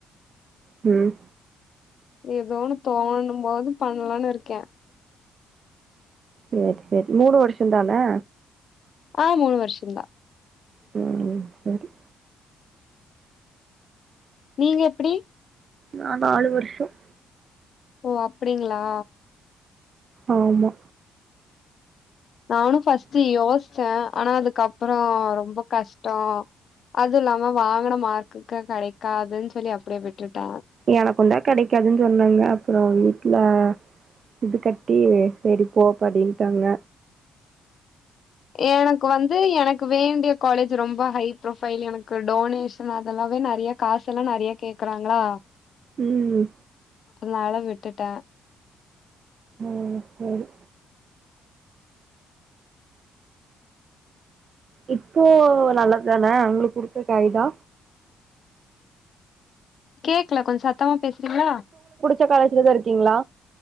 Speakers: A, on the right (about 50°); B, on the left (about 55°).
A: ம்
B: ஏதோன்னு தோணும் போது பண்ணலான்னு இருக்கே
A: சரி சரி மூணு வருஷ தானே
B: ஆ மூணு வருஷம்தா
A: உம் சரி
B: நீங்க எப்படி
A: நா நாலு வருஷம்
B: ஓ அப்படிங்களா
A: ஆமா
B: நானும் ஃபர்ஸ்ட் யோஸ்ச ஆனா அதுக்கப்புறம் ரொம்ப கஷ்ட்டோ அது இல்லாம வாங்கன மார்க்கு கிடைக்காதுன்னு சொல்லி அப்படியே விட்டுட்ட
A: எனக்குந்தா கெடைக்காதுன்னு சொன்னாங்க அப்பறோ வீட்ல இது கட்டி செரி போ படின்ட்டாங்க
B: எனக்கு வந்து எனக்கு வேண்டிய காலேஜ் ரொம்ப ஹை ப்ரொஃபைல் எனக்கு டொனேஷன் அதெல்லாவே நெறையா காசு எல்லா நெறையா கேக்குறாங்களா
A: ம்
B: அதனால விட்டுட்டே
A: ஓ செரி இப்போ நல்லதுதான உங்களுக்கு புடிச்ச காய்தா
B: கேக்கல கொஞ்சோ சத்தமா பேசுறீங்களா
A: ச்ச காலேஜ்லதா இருக்கிங்ளா